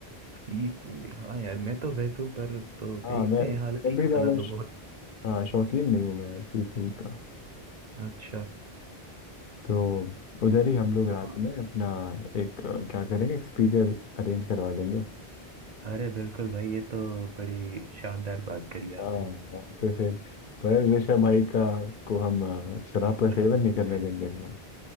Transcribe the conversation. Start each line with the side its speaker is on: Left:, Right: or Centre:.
Right: सी फूड हाँ यार मैं तो वेज हूँ पर तो
Left: हाँ
Right: देखते
Left: मैं
Right: हैं हालांकि
Left: मैं भी
Right: खाना
Left: ज़्यादा
Right: तो
Left: श-
Right: बहुत
Left: हाँ शौकीन नहीं हूँ मैं सी फूड का
Right: अच्छा
Left: तो उधर ही हम लोग रात
Right: हाँ
Left: में अपना एक अ, क्या करेंगे एक स्पीकर अरेंज करवा देंगे
Right: अरे बिल्कुल भाई ये तो बड़ी शानदार बात करी
Left: हाँ
Right: आपने
Left: वहाँ पे फिर पर ऋषभ भाई का को हम अ, शराब का
Right: <laughs>
Left: सेवन नहीं करने देंगे इस बार